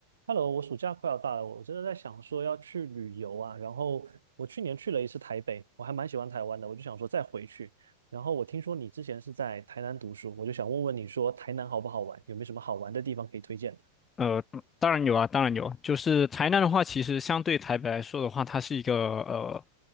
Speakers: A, on the right; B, on the left.
A: Hello，我暑假快要到了，我真的在想说要去旅游啊。然后我去年去了一次台北，我还蛮喜欢台湾的，我就想说再回去。然后我听说你之前是在台南读书，我就想问问你说台南好不好玩，有没有什么好玩的地方可以推荐的？
B: 呃，当然有啊，当然有。就是台南的话，其实相对台北来说的话，它是一个呃，